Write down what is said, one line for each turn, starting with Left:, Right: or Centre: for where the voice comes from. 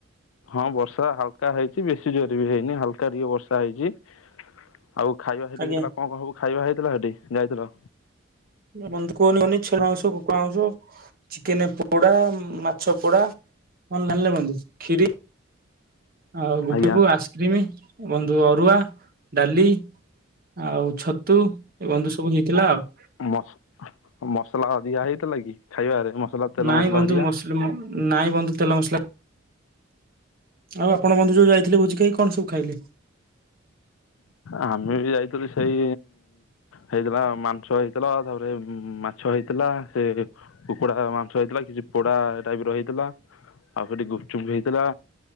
Left: ହଁ ବର୍ଷା ହାଲକା ହେଇଚି ବେଶୀ ଜୋରେବି ହେଇନି ହାଲକା ଟିକେ ବର୍ଷା ହେଇଚି ଆଉ ଖାଇବା ସେଠି
Right: ଆଜ୍ଞା
Left: ହେଇଥିଲା କଁ କଁ ସବୁ ଖାଇବା ହେଇଥିଲା ସେଠି ଯାଇଥିଲ?
Right: ବନ୍ଧୁ କହନି କୁହନି <unintelligible> ସବୁ ଖାଉଚୁ ଚିକେନ୍ ପୋକଡ଼ା ମାଛ ପୋଡ଼ା ଅନଲାଇନ୍ ବନ୍ଧୁ ଖିରି ଆଉ ଗୁପଚୁପ୍
Left: ଆଜ୍ଞା
Right: ଆସ୍ କ୍ରିମ୍ ବନ୍ଧୁ ଅରୁଆ ଡ଼ାଲି ଆଉ ଛତୁ ଏ ବନ୍ଧୁ ସବୁ ହେଇଥିଲା ଆଉ।
Left: ମସ ମସଲା ଅଧିକା ହେଇଥିଲାକି ଖାଇବାରେ? ମସଲା ତେଲ
Right: ନାଇଁ
Left: ମସଲା
Right: ବନ୍ଧୁ
Left: ହେରିକା?
Right: ମସଲ ନାଇଁ ବନ୍ଧୁ ତେଲ ମସଲା ଆଉ ଆପଣ ବନ୍ଧୁ ଯଉ ଯାଇଥିଲେ ଭୋଜି ଖାଇ କଣ ସବୁ ଖାଇଲେ?
Left: ଆମେବି ଯାଇଥିଲୁ ସେଇ ହେଇଥିଲା ମାଂସ ହେଇଥିଲା ତାପରେ ମାଛ ହେଇଥିଲା ସେ କୁକୁଡ଼ା ମାଂସ ହେଇଥିଲା କିଛି ପୋଡ଼ା ଟାଇପର ହେଇଥିଲା ଆଉ ସେଠି ଗୁପଚୁପ୍ ହେଇଥିଲା